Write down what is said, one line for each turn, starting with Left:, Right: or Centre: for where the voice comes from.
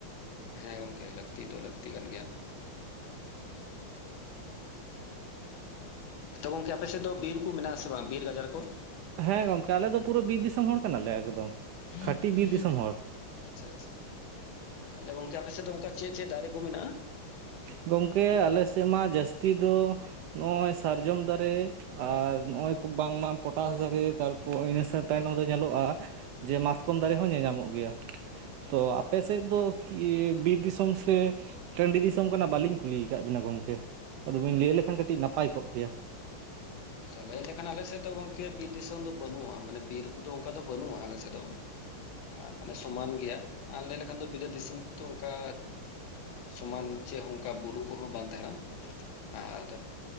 Left: ᱦᱮᱸ ᱜᱚᱝᱠᱮ ᱞᱟᱹᱠᱛᱤ ᱫᱚ ᱞᱟᱹᱠᱛᱤ ᱠᱟᱱ ᱜᱮᱭᱟ᱾ ᱛᱚ ᱜᱚᱝᱠᱮ ᱟᱯᱮ ᱥᱮᱫ ᱫᱚ ᱵᱤᱨ ᱠᱩ ᱢᱮᱱᱟᱜᱼᱟᱥᱮ ᱵᱟᱝ ᱵᱤᱨ ᱜᱟᱡᱟᱲ ᱠᱚ?
Right: ᱦᱮᱸ ᱜᱚᱝᱠᱮ ᱟᱞᱮ ᱫᱚ ᱯᱩᱨᱟᱹ ᱵᱤᱨ ᱫᱤᱥᱚᱢ ᱦᱚᱲ ᱠᱟᱱᱟᱞᱮ ᱮᱠᱫᱚᱢ᱾
Left: <unintelligible>
Right: ᱠᱷᱟᱹᱴᱤ ᱵᱤᱨ ᱫᱤᱥᱚᱢ ᱦᱚᱲ
Left: ᱟᱪᱪᱷᱟ ᱟᱪᱪᱷᱟ ᱛᱟᱦᱞᱮ ᱜᱚᱝᱠᱮ ᱟᱯᱮ ᱥᱮᱫ ᱫᱚ ᱚᱝᱠᱟ ᱪᱮᱜ ᱪᱮᱜ ᱫᱟᱨᱮ ᱠᱚ ᱢᱮᱱᱟᱜᱼᱟ?
Right: ᱜᱚᱝᱠᱮ ᱟᱞᱮ ᱥᱮᱜ ᱢᱟ ᱡᱟᱹᱥᱛᱤ ᱫᱚ ᱱᱚᱜᱼᱚᱭ ᱥᱟᱨᱡᱚᱢ ᱫᱟᱨᱮ ᱟᱨ ᱱᱚᱜᱼᱚᱭ ᱵᱟᱝᱢᱟ ᱯᱚᱴᱟᱥ ᱫᱟᱨᱮ ᱛᱟᱨᱯᱚ ᱤᱱᱟᱹ ᱥᱟᱶ ᱛᱟᱭᱱᱚᱢ ᱫᱚ ᱧᱮᱞᱚᱜᱼᱟ ᱡᱮ ᱢᱟᱛᱠᱚᱢ ᱫᱟᱨᱮ ᱦᱚᱸ ᱧᱮ ᱧᱟᱢᱚᱜ ᱜᱮᱭᱟ᱾ ᱛᱚ ᱟᱯᱮ ᱥᱮᱫ ᱫᱚ ᱠᱤ ᱵᱤᱨ ᱫᱤᱥᱚᱢ ᱥᱮ ᱴᱟᱺᱰᱤ ᱫᱤᱥ ᱛᱚ ᱚᱝᱠᱟᱱᱟᱜ ᱵᱟᱹᱞᱤᱧ ᱠᱩᱞᱤ ᱟᱠᱟᱜ ᱵᱤᱱᱟ ᱜᱚᱝᱠᱮ ᱟᱫᱚ ᱵᱤᱱ ᱞᱟᱹᱭ ᱞᱮᱠᱷᱟᱱ ᱠᱟᱹᱴᱤᱡ ᱱᱟᱯᱟᱭ
Left: ᱦᱮᱸ
Right: ᱠᱚᱜ ᱠᱮᱭᱟ᱾
Left: ᱛᱚ ᱞᱟᱹᱭ ᱞᱮᱠᱷᱟᱱ ᱟᱞᱮ ᱥᱮᱫ ᱫᱚ ᱜᱚᱝᱠᱮ ᱵᱤᱨ ᱫᱤᱥᱚᱢ ᱫᱚ ᱵᱟᱹᱱᱩᱜᱼᱟ ᱢᱟᱱᱮ ᱵᱤᱨ ᱠᱚᱫᱚ ᱚᱝᱠᱟ ᱫᱚ ᱵᱟᱹᱱᱩᱜᱼᱟ ᱟᱞᱮ ᱥᱮᱫ ᱫᱚ᱾ ᱟᱨ ᱢᱟᱱᱮ ᱥᱚᱢᱟᱱ ᱜᱮᱭᱟ ᱟᱨ ᱞᱟᱹᱭ ᱞᱮᱠᱷᱟᱱ ᱫᱚ ᱵᱤᱞᱟᱹᱛ ᱫᱤᱥᱚᱢ ᱛᱚ ᱚᱝᱠᱟ ᱥᱚᱢᱟᱱ ᱪᱮᱜ ᱦᱚᱸ ᱚᱝᱠᱟ ᱵᱩᱨᱩ ᱠᱚᱦᱚᱸ ᱵᱟᱝ ᱛᱟᱦᱮᱱᱟ ᱟᱨ